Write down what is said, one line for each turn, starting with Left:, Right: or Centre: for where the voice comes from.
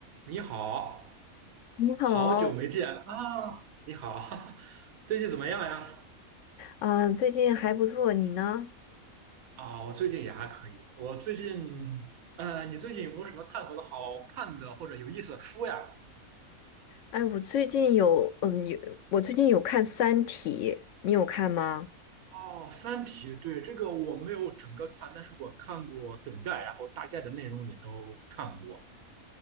Right: 你好，
Left: 你好，
Right: 好久没见啊！你好，<laughs> 最近怎么样呀？
Left: 嗯、最近还不错，你呢？
Right: 啊，我最近也还可以。我最近，呃，你最近有没有什么探索的好看的或者有意思的书呀？
Left: 哎，我最近有，嗯，有，我最近有看《三体》，你有看吗？
Right: 哦，《三体》，对，这个我没有整个看，但是我看过梗概，然后大概的内容也都看过。